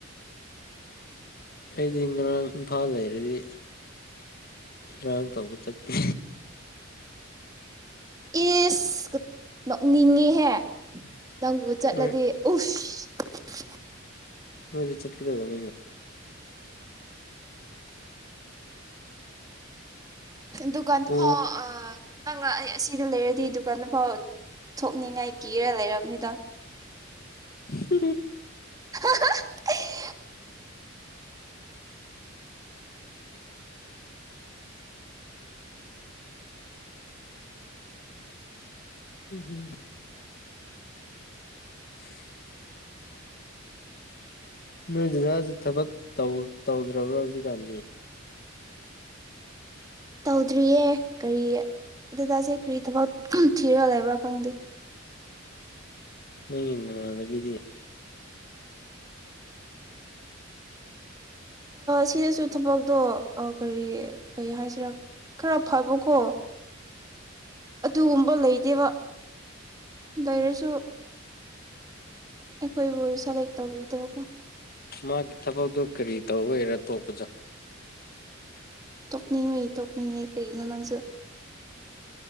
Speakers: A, on the left; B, on the right.
A: ꯑꯩꯗꯤ ꯉꯔꯥꯡ ꯏꯝꯐꯥꯜ ꯂꯩꯔꯗꯤ ꯏꯔꯥꯡ ꯇꯧꯕ ꯆꯠꯀꯦ
B: ꯑꯦꯁ ꯅꯣꯛꯅꯤꯡꯉꯦꯍꯦ ꯅꯪꯕꯨ ꯆꯠꯂꯗꯤ
A: ꯅꯣꯏ
B: ꯎꯁ <unintelligible>
A: ꯅꯣꯏꯖ ꯆꯠꯈꯤꯗꯧꯕ ꯅꯅꯦ
B: ꯗꯨꯀꯥꯟꯗꯨ
A: ꯄꯨ
B: ꯐꯥꯎꯈꯤꯪ ꯑꯩ ꯑꯁꯤꯗ ꯂꯩꯔꯗꯤ ꯗꯨꯀꯥꯟꯗꯐꯥꯎ ꯊꯣꯛꯅꯤꯡꯉꯥꯏ ꯀꯤꯔ ꯂꯩꯔꯕꯅꯤꯗ
A: ꯎ
B: <unintelligible>
A: ꯎꯝꯨꯝ <unintelligible> ꯅꯣꯏ ꯖꯖꯥꯁꯤ ꯊꯕꯛ ꯇꯧꯗ꯭ꯔꯕ꯭ꯔꯥ ꯍꯧꯖꯤꯛꯀꯥꯟꯗꯤ
B: ꯇꯧꯗ꯭ꯔꯤꯌꯦ ꯀꯔꯤ ꯗꯗꯥꯁꯦ ꯀꯔꯤ ꯊꯕꯛ ꯊꯤꯔꯒ ꯂꯩꯕ꯭ꯔꯥ ꯈꯪꯗꯦ
A: ꯅꯅꯕꯤꯗꯤ
B: ꯁꯤꯗꯁꯨ ꯊꯕꯛꯇꯣ ꯀꯔꯤ ꯀꯩ ꯍꯥꯏꯁꯤꯔꯥ ꯈꯔ ꯐꯕꯀꯣ ꯑꯗꯨꯒꯨꯝꯕ ꯂꯩꯗꯦꯕ ꯂꯩꯔꯁꯨ ꯑꯩꯈꯣꯏꯕꯨ ꯁꯂꯦꯛ ꯇꯧꯕꯤꯗꯕꯀꯣ
A: ꯃꯥꯒꯤ ꯊꯕꯛꯇꯣ ꯀꯔꯤ ꯇꯧꯕꯦꯔꯥ ꯇꯣꯛꯄꯁꯨ
B: ꯇꯣꯛꯀꯅꯤ ꯃꯔꯤ ꯇꯣꯛꯀꯅꯤꯅꯦ ꯀꯔꯤꯅꯅꯁꯨ